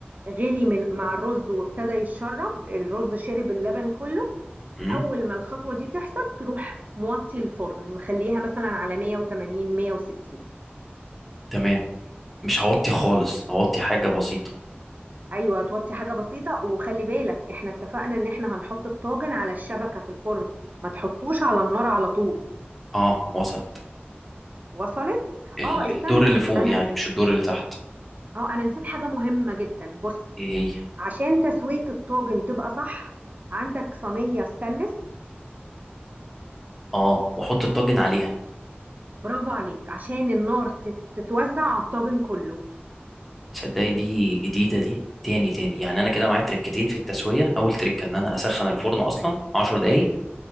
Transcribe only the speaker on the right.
غلي من مع الرز وابتدى يتشرب الرز شرب اللبن كله
اول ما الخطوة دي تحصل تروح موطي الفرن مخليها مثلا على 180 160
ايوه توطي حاجه بسيطه وخلي بالك احنا اتفقنا ان احنا هنحط الطاجن على الشبكه في الفرن ما تحطوش على النار على طول
وصلت
اه استنى
انا
نس...
اه انا نسيت حاجه مهمه جدا بص
عشان تسويه الطاجن تبقى صح عندك صينيه ستانلس
برافو عليك عشان النار تت- تتوزع على الطاجن كله